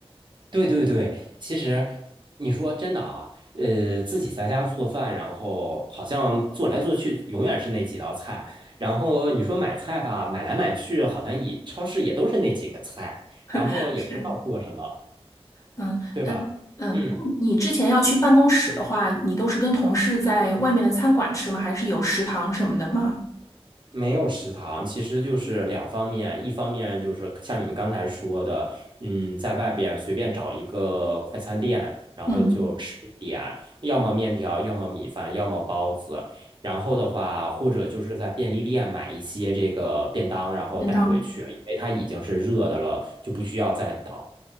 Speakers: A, on the right (about 50°); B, on the left (about 30°).
A: 对对对，其实你说真的啊，呃，自己在家做饭，然后好像做来做去永远是那几道菜，然后你说买菜吧，买来买去好像也超市也都是那几个菜，然后也不知道做什么，
B: <laughs> 是。嗯嗯嗯，
A: 对吧？嗯。
B: 那你之前要去办公室的话，你都是跟同事在外面的餐馆吃吗？还是有食堂什么的吗？
A: 没有食堂，其实就是两方面，一方面就是像你刚才说的，嗯，在外边随便找一个快餐店，然后就吃一点，
B: 嗯，
A: 要么面条，要么米饭，要么包子，然后的话，或者就是在便利店买一些这个便当，然后带回去，
B: 便当。
A: 因为它已经是热的了，就不需要再等